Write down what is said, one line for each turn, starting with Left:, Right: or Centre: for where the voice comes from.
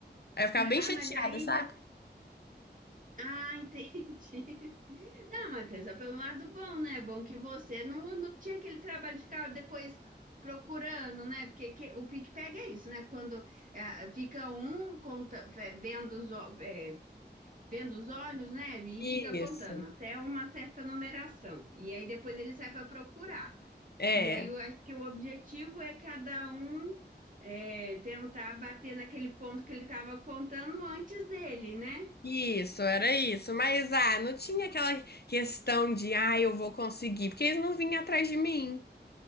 Left: Aí eu ficava bem
Right: Ah,
Left: chateada,
Right: mas aí...
Left: sabe?
Right: De... Ah, entendi. <laughs> Não, mas pensa pelo lado bom, né? É bom que você não, não tinha aquele trabalho de ficar depois procurando, né? Porque que- o pique-pega é isso, né? Quando é, fica um conta, é, vendo os... ó- é, vendo os olhos, né? E
Left: Isso.
Right: fica contando até uma certa numeração. E aí depois ele sai para procurar.
Left: É.
Right: E aí eu acho que o objetivo é cada um é, tentar bater naquele ponto que ele estava contando antes dele, né?
Left: Isso, era isso. Mas ah, não tinha aquela questão de ah, eu vou conseguir, porque eles não vinham atrás de mim.